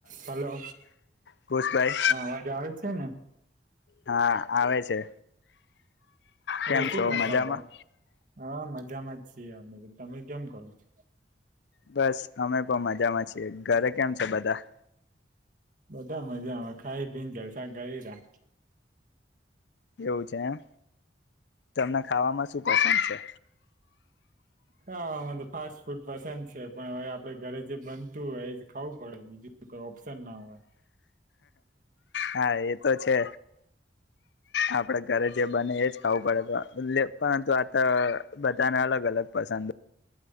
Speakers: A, on the right (about 50°); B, on the left (about 75°).
A: Hello
B: કુશભાઈ
A: હા અવાજ આવે છે ને..
B: હા આવે છે. કેમ
A: એ સુુંખ
B: છો
A: કરતા
B: મજામાં
A: હતા હા મજ મજામાં જ છીએ અમે તો તમે કેમ કરો છો
B: બસ અમે પણ મજામાં છીએ ઘરે કેમ છે બધા
A: બધા મજા આવે ખાઈ પીને જલસા કરે રા
B: એવું છે એમ તમને ખાવામાં શું પસંદ છે
A: ખાવાનું તો ફાસ્ટ ફૂડ પસંદ છે પણ હવે આપડે ઘરે જે બનતું હોય એજ ખાવું પડે બીજું કઈ ઓપ્શન ના હોય
B: હા એ તો છે આપણે ઘરે જે બને એજ ખાવું પડે પરંતુ આ તો બધાને અલગ અલગ પસંદ